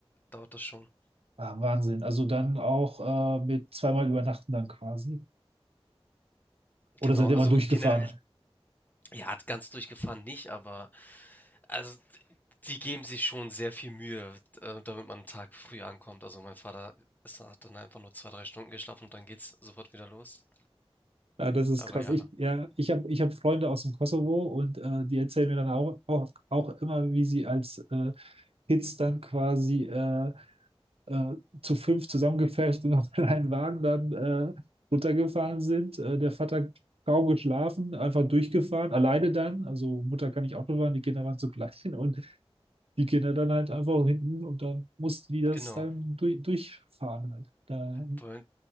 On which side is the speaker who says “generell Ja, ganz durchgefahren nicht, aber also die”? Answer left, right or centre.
Left